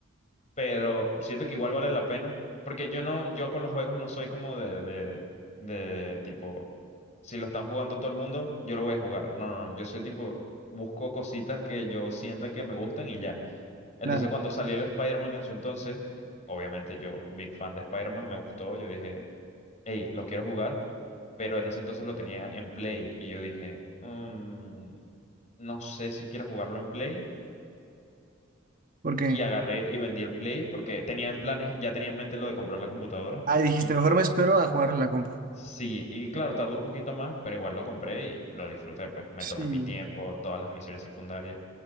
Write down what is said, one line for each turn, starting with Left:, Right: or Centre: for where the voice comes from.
Left: Pero siento que igual vale la pena. Porque yo no, yo con los juegos no soy como de, de, de tipo, si lo están jugando todo el mundo, yo lo voy a jugar. No, no, no. Yo soy tipo, busco cositas que yo sienta que me gustan y ya. Entonces
Right: Claro,
Left: cuando salió el Spider-Man en su entonces, eh, obviamente yo, big fan de Spider-Man, me gustó, yo dije, hey, lo quiero jugar, pero en ese entonces lo tenía en Play y yo dije, "Mm, no sé si quiero jugarlo en Play.
Right: porque,
Left: Y agarré y vendí el Play porque tenía en planes, ya tenía en mente lo de comprar la computadora.
Right: ah, dijiste,
Left: Y yo
Right: mejor
Left: dije,
Right: me espero a jugar en la compu.
Left: sí, y claro, tardó un poquito más, pero igual lo compré y lo disfruté, pues me
Right: Sí.
Left: tomé mi tiempo, todas las misiones secundarias.